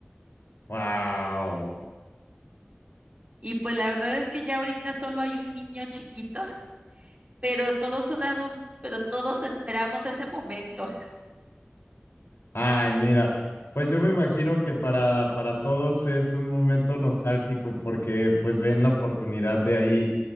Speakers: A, on the left (about 85°); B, on the right (about 35°).
A: Wow.
B: Y pues la verdad es que ya ahorita solo hay un niño chiquito, pero todos son adultos, pero todos esperamos ese momento.
A: Ay, mira. Pues yo me imagino que para, para todos es un momento nostálgico porque pues ven la oportunidad de ahí